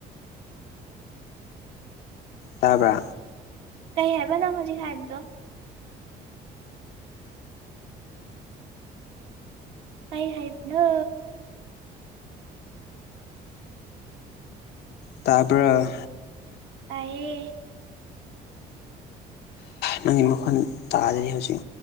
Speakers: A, on the left; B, on the right.
A: ꯇꯥꯕ꯭ꯔꯥ
B: ꯀꯩ ꯍꯥꯏꯕ ꯅꯪ ꯍꯧꯖꯤꯛ ꯍꯥꯏꯕꯗꯣ ꯀꯩ ꯍꯥꯏꯕꯅꯣ
A: ꯇꯥꯕ꯭ꯔꯥ
B: ꯇꯥꯏꯌꯦ
A: ꯅꯪꯒꯤ ꯃꯈꯣꯟ ꯇꯥꯗꯔꯤ ꯍꯧꯖꯤꯛ